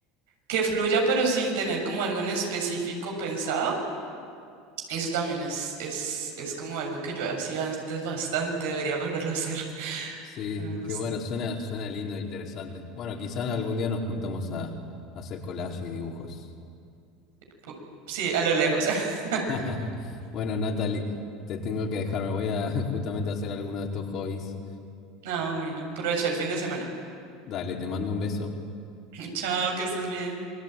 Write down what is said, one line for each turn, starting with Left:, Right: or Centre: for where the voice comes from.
Right: que fluya, pero sin tener como algo en específico pensado. Eso también es, es, es como algo que yo hacía antes bastante, debería volverlo a hacer.
Left: Sí,
Right: <laughs> Me gusta.
Left: qué bueno, suena, suena lindo e interesante. Bueno, quizás algún día nos juntamos a, a hacer collage y dibujos.
Right: Pu- Sí, a lo lejos. <laughs>
Left: <laughs> Bueno, Natalie, te tengo que dejar, me voy a <laughs> justamente a hacer alguno de estos hobbies.
Right: No, bueno, aprovecha el fin de semana.
Left: Dale, te mando un beso.
Right: <laughs> Chao, que estés bien.